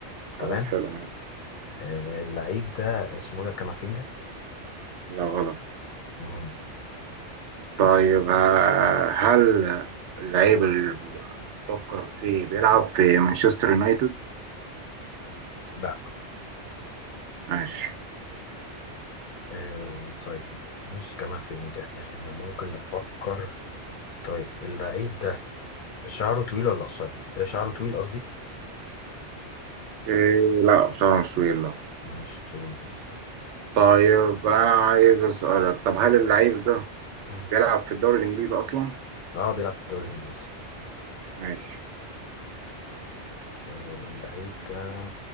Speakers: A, on the right; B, on the left.
A: خلاص
B: تمام
A: حلو ماشي
B: آه، اللعيب ده اسمه إيه ده كامافينجا
A: لا غلط
B: مم،
A: طيب
B: مش
A: آه، هل اللعيب اللي بتفكر فيه بيلعب في مانشستر يونايتد؟
B: لا
A: ماشي
B: آه، طيب مش كامافينجا احنا ممكن نفكر طيب اللعيب ده شعره طويل ولا قصير؟ آه، شعره طويل قصدي
A: إيه لا بصراحة مش طويل لا
B: مش طويل
A: طيب أنا عايز أسألك طب هل اللعيب ده
B: مم.
A: بيلعب في الدوري الإنجليزي أصلا؟
B: اه بيلعب في الدوري الإنجليزي
A: ماشي
B: آه، اللعيب ده